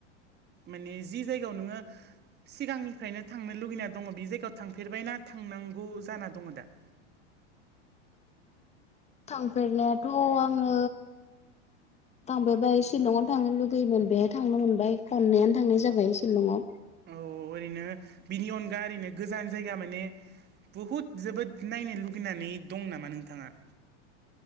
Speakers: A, on the right; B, on the left.
A: माने जि जायगायाव नोङो सिगांनिफ्रायनो थांनो लुगैना दङ बे जायगायाव थांफेरबायनाा थांनांगौ जाना दं दा? <inaudible>
B: थांफेरनायाथ' आङो थांफेरबाय शिलंआव थांनो लुगैयोमोन बेहाय थांनो मोनबाय खननैआनो थांनाय जाबाय शिलंआव।
A: औ औ ओरैनो बिनि अनगा ओरैनो गोजान जायगा माने बुहुद जोबोद नायनो लुगैनानै दं नामा नोंथाङा?